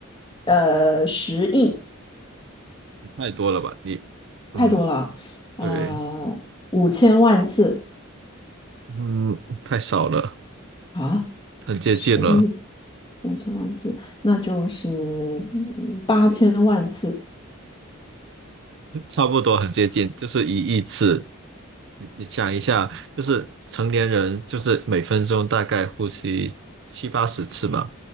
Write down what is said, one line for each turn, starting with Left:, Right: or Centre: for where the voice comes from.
Left: 呃，十亿
Right: 太多了吧？你，嗯，
Left: 太多了，呃，
Right: 对，
Left: 五千万次
Right: 嗯，太少了，
Left: 啊，
Right: 很接近了，
Left: 十亿。五千万次，那就是嗯八千万次，
Right: 差不多很接近，就是一亿次。你你想一下，就是成年人就是每分钟大概呼吸七八十次嘛，